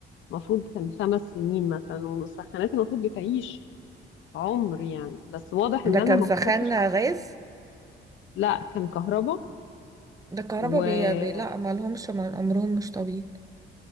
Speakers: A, on the left; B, on the right.
A: المفروض كان خمس سنين مثلا والمسخنات المفروض بتعيش عمر يعني بس واضح
B: ده
A: ان انا
B: كان
A: ما
B: سخان
A: كنتش عارفه
B: غاز
A: لا كان كهرباء
B: ده الكهرباء
A: وبجد
B: بي... بي... لا ما لهمش ما- عمرهم مش طويل